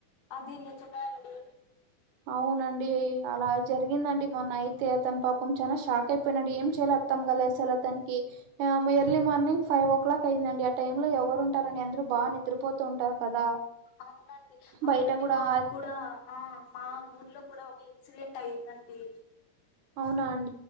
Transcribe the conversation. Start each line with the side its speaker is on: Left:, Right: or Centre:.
Left: అది నిజమే అండి
Right: అవునండి, అలా జరిగిందండి మొన్న అయితే అతను పాపం చాలా షాక్ అయిపోయినాడు ఏం చేయాల అర్దం కాలే అసలతనికి, early morning five o'clock అయిందండి ఆ టైమ్ లో ఎవరు ఉంటారండి అందరు బాగా నిద్రపోతూ ఉంటారు కదా
Left: అవునండి, అవునండి
Right: బయట కూడా
Left: మాక్కుడా
Right: ఆ-
Left: ఆ మా ఊర్లో కూడా ఒక ఇన్సిడెంట్ అయిందండి
Right: అవునాం